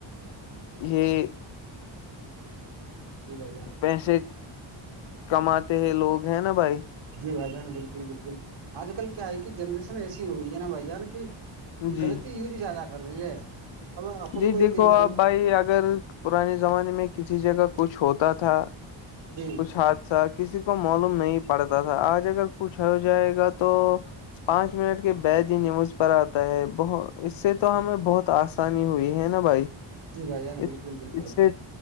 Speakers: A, on the left; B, on the right.
A: یہ
B: جی بھائی جان
A: پیسے کماتے ہیں لوگ ہیں نا بھائی
B: جی بھائی جان بالکل بالکل آج کل کیا ہے کہ جنریشن ایسی ہو گئی ہے نا بھائی جان کی یہ
A: جی
B: غلطی یور زیادہ کر رہی ہے اب اپن
A: جی
B: کو ہی
A: دیکھو
B: دیکھ
A: آپ
B: لو
A: بھائی اگر پرانے زمانے میں کسی جگہ کچھ ہوتا تھا
B: جی
A: کچھ حادثہ کسی کو معلوم نہیں پڑتا تھا آج اگر کچھ ہو جائے گا تو پانچ منٹ کے بید ہی نیوز پر آتا ہے ب اس سے تو ہمیں بہت آس آسانی ہوئی ہے نا بھائی
B: جی بھائی جان
A: اس
B: بالکل بالکل
A: اس سے